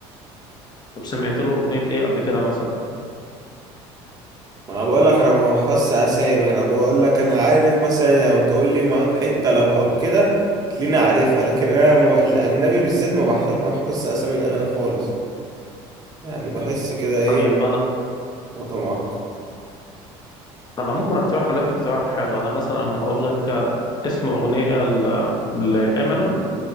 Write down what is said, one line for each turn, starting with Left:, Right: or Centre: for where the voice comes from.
Left: طب سمعت له اغنية ايه قبل كده مثلا
Right: ما انا بقول لك انا ما بحفظش اسامي انا بقول لك انا عارف مثلا يعني بتقول لي ما- حته لو او كده تلاقيني عارفها لكن انا ما بق- الاجنبي بالذات ما بحفظ ما بحفظش اسامي الاغاني خالص يعني بحس كده ايه
Left: طيب انا
Right: الموضوع معقد
Left: انا ممكن اقترح عليك اقتراح حلو انا مثلا هقول لك اسم أغنية ل- لإمينيم